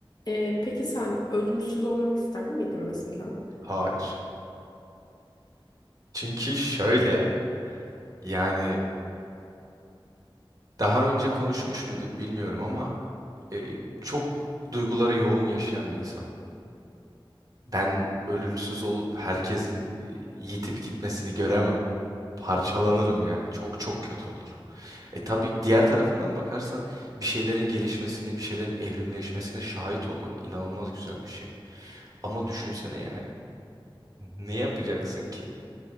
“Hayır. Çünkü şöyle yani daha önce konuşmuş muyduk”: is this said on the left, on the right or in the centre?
Right